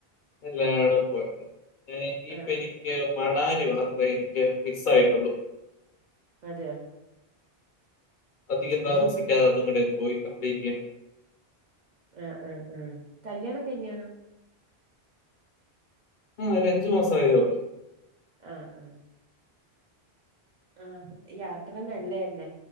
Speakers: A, on the left; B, on the right.
A: എല്ലായിടും പോയിട്ട് ഇനിയിപ്പ
B: ആഹ്
A: എനിക്ക്
B: ആഹ്
A: മണാലി മാത്രം എനിക്ക് മിസ് ആയിട്ടുള്ളു.
B: അതെയ
A: അധികം
B: ഉം
A: താമസിക്കാതെ അതും കൂടിയ പോയി കംപലീറ്റ് ചെയ്യണം.
B: ആ ആ ആ കല്ല്യാണം കഴിഞ്ഞാണോ?
A: ആഹ് ഒരു അഞ്ച് മാസം ആയതേ ഉള്ളൂ.
B: ആഹ് ആ ആഹ് യാത്ര നല്ലയല്ലെ